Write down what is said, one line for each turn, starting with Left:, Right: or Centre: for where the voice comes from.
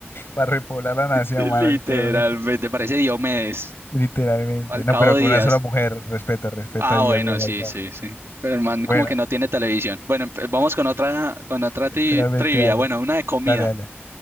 Left: Para repoblar la nación,
Right: Literalmente,
Left: mano, literalmente.
Right: parece Diomedes.
Left: Literalmente.
Right: Falcao
Left: No, pero
Right: Díaz.
Left: con una sola mujer. Respeta, respeta
Right: Ah,
Left: ahí
Right: bueno,
Left: al viejo mercado.
Right: sí, sí, sí. Pero el man
Left: Bueno,
Right: como que no tiene televisión. Bueno, empe- vamos con otra, con otra
Left: literalmente,
Right: ti- trivia.
Left: dale.
Right: Bueno, una de comida.
Left: Dale, dale.